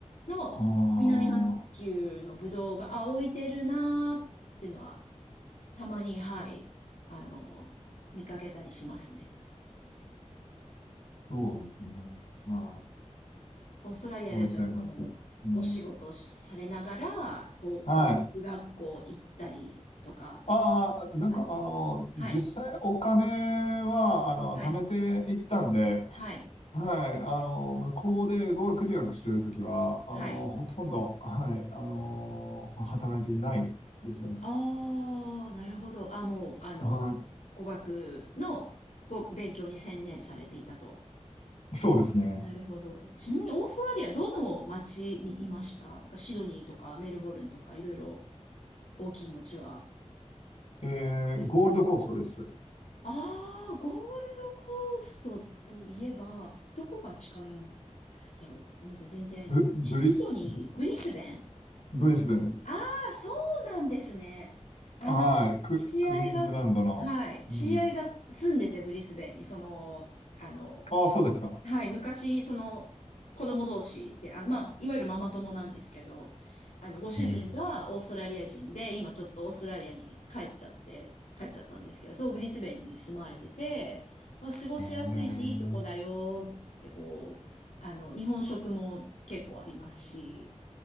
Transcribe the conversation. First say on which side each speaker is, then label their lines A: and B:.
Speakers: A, on the left; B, on the left.
A: の南半球のブドウが、
B: ああ、
A: あ、置いてるなーっていうのは、たまに、はい、あの、見かけたりしますね。
B: そうですね。はい。
A: オーストラリアではじゃあそのお仕事をされながら、
B: 置いてあります。うん。
A: こう、
B: はい。
A: 語学学校行ったりとか、
B: ああ、なんか、
A: 感じですかね。
B: あの、
A: はい、
B: 実際お金は、あの、
A: はい、
B: 貯めていったんで、
A: はい、
B: はい、あの、向こうで語学留学してるときは、あの、
A: はい。
B: ほとんど、はい、あの、働いていないですよね。
A: ああ、なるほど。あ、もう、あの、
B: はい
A: 語学のご勉強に専念されていたと。
B: そうですね。
A: なるほど。ちなみにオーストラリアどの町にいましたかシドニーとかメルボルンとかいろいろ大きい町は
B: えー、
A: あると思う。
B: ゴールドコーストです。
A: ああ、ゴールドコーストといえば、どこが近いだろう。ごめんなさい、全然。
B: ブ、ブリ、
A: シシドニー、
B: ブ、
A: ブリスベン
B: ブリスベンです。
A: ブリスベンああー、そうなんですね。あの、
B: はい。ク、
A: 知り合いが、
B: クイーンズランドの。
A: はい、知り合いが住んでて、
B: うん。
A: ブリスベンに、その、あの、
B: ああ、そうですか。
A: はい、昔、その、子供同士で、あ、まあ、いわゆるママ友なんですけど、あの、ご主人がオーストラリア人で、
B: へえ。
A: 今ちょっとオーストラリアに帰っちゃって、帰っちゃったんですけど、そう、ブリスベンに住まわれてて、まあ、過ごしやすいし、
B: へえ。
A: いいとこだよって、こう、あの、日本食も結構ありますし、